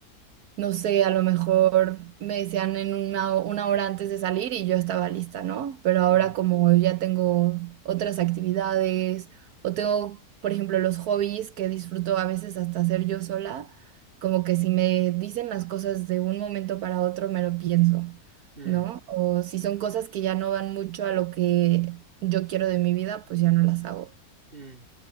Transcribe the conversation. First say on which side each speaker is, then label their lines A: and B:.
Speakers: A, on the right; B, on the right.
A: no sé, a lo mejor me decían en una, una hora antes de salir y yo estaba lista, ¿no? Pero ahora
B: mm,
A: como ya tengo otras actividades o tengo, por ejemplo, los hobbies que disfruto a veces hasta hacer yo sola, como que si me dicen las cosas de un momento para otro, me lo pienso,
B: mm,
A: ¿no? O si son cosas que ya no van mucho a lo que yo quiero de mi vida, pues ya no las hago.
B: mm,